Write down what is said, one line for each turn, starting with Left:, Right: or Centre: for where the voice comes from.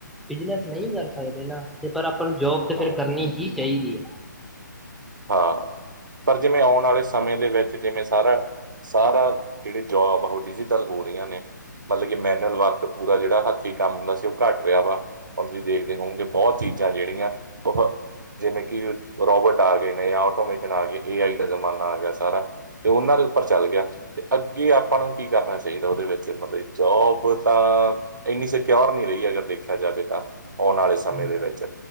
Centre: ਬਿਜਨਸ ਨਹੀਂ ਕਰ ਸਕਦੇ ਨਾ ਤੇ ਪਰ ਆਪਾਂ ਨੂੰ ਜੋਬ ਤੇ
Right: ਹੂੰ
Centre: ਫਰ ਕਰਨੀ ਹੀ ਜਾਈ ਦੀ।
Right: ਹਾਂ। ਪਰ ਜਿਵੇਂ ਆਉਣ ਵਾਲੇ ਸਮੇਂ ਦੇ ਵਿੱਚ ਜਿਵੇਂ ਸਾਰਾ ਸਾਰਾ ਜਿਹੜੇ ਜੋਬ ਆ ਉਹ ਡਿਜੀਟਲ ਹੋ। ਹੋ ਰਹੀਆਂ ਨੇ ਮਤਲਬ ਕਿ ਮੈਨੂਅਲ ਵਰਕ ਪੂਰਾ ਜਿਹੜਾ ਹੱਥੀਂ ਕੰਮ ਹੁੰਦਾ ਸੀ ਉਹ ਘੱਟ ਰਿਹਾ ਵਾ ਹੁਣ ਤੁਸੀਂ ਦੇਖਦੇ ਹੋਗੇ ਬਹੁਤ ਚੀਜ਼ਾਂ ਜਿਹੜੀਆਂ ਬ ਜਿਵੇਂ ਕਿ ਰੋਬਰਟ ਆ ਗਏ ਨੇ ਜਾਂ ਆਟੋਮੇਟ ਆ ਏ ਆਈ ਦਾ ਜ਼ਮਾਨਾ ਆ ਗਿਆ ਸਾਰਾ ਤੇ ਉਹਨਾਂ ਦੇ ਉੱਪਰ ਚੱਲ ਗਿਆ ਤੇ ਅੱਗੇ ਕਿ ਆਪਾਂ ਨੂੰ ਕੀ ਕਰਨਾ ਚਾਹੀਦਾ ਉਹਦੇ ਵਿੱਚ ਮਤਲਬ ਜੋਬ ਤਾਂ ਇੰਨੀ ਸਕਿਓਰ ਨਹੀਂੀ ਰਹੀ ਅਗਰ ਦੇਖ ਦੇਖਿਆ ਜਾਵੇ ਤਾਂ, ਆਉਣ ਆਲੇ ਸਮੇਂ
Centre: ਹਾਂ
Right: ਦੇ ਵਿੱਚ